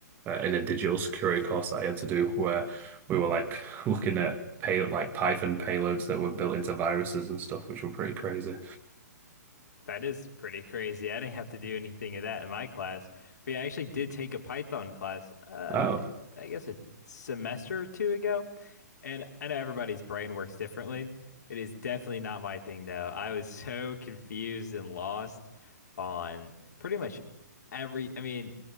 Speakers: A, on the right (about 20°); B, on the left (about 70°).
A: uh, in a digital security course that I had to do where we were like looking at pay like Python payloads that were built into viruses and stuff, which were pretty crazy.
B: That is pretty crazy. I didn't have to do anything of that in my class. But yeah, I actually did take a Python class, uh,
A: Oh.
B: I guess a semester or two ago. And I know everybody's brain works differently. It is definitely not my thing, though. I was <laughs> so confused and lost on pretty much every, I mean,